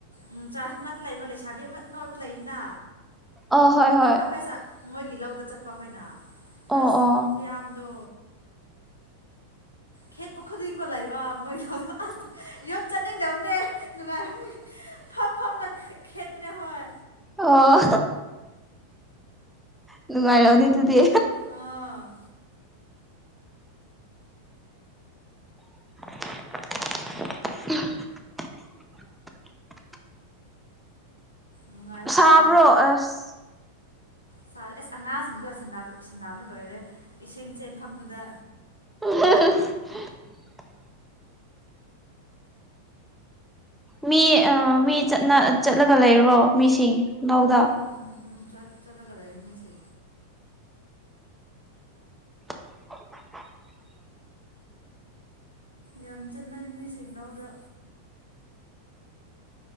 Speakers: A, on the left; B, in the centre.
A: ꯎꯝ ꯆꯥꯔꯆ ꯃꯅꯥꯛꯇ ꯂꯩꯕ ꯂꯩꯁꯥꯕꯤ ꯑꯃꯅ ꯑꯣꯏꯕ ꯂꯩꯅ
B: ꯑ ꯍꯣꯏ ꯍꯣꯏ
A: ꯑꯩꯈꯣꯏ ꯆ ꯃꯣꯏꯒꯤ ꯂꯧꯗ ꯆꯠꯄ ꯑꯩꯈꯣꯏꯅ
B: ꯑꯣ
A: ꯑꯁ
B: ꯑꯣ
A: ꯐꯌꯥꯝꯗꯣ ꯈꯦꯠ ꯄꯈꯨꯒꯣ ꯂ ꯂꯩꯕ ꯃꯣꯏꯣ ꯌꯨꯝ ꯆꯠꯅꯤꯡꯗꯕꯅꯦ ꯅꯨꯡꯉꯥꯏꯔ ꯐꯝ ꯐꯝꯒ ꯅꯦ ꯍꯣꯏ
B: ꯑꯣ ꯅꯨꯡꯉꯥꯏꯔꯣꯅꯤ ꯑꯗꯨꯗꯤ
A: ꯑꯥ
B: <unintelligible>
A: ꯅꯨꯡꯉꯥꯏꯕꯗꯤ
B: ꯁꯥꯕ꯭ꯔꯣ
A: ꯅꯨꯡꯉꯥꯏ
B: ꯑꯁ
A: ꯁꯥꯔꯦ ꯑꯁ ꯑꯉꯥꯡꯁꯤꯡꯗꯣ ꯁꯥꯟꯅꯕꯅ ꯂꯣꯏꯔꯦ ꯏꯁꯤꯡ ꯆꯦꯟꯐꯝꯗꯨꯗ
B: ꯑꯉ ꯃꯤ ꯑꯥ ꯃꯤ ꯆꯠꯂꯒ ꯂꯩꯔꯨꯔꯣ ꯃꯤꯁꯤꯡ ꯂꯧꯗꯥ
A: ꯎꯝ ꯎꯝ ꯆꯠ ꯆꯠꯂꯒꯗꯑ ꯃꯤꯁꯦ
B: <unintelligible>
A: ꯌꯥꯝ ꯆꯟꯅꯩ ꯃꯤꯁꯤꯡꯅꯥꯎꯗ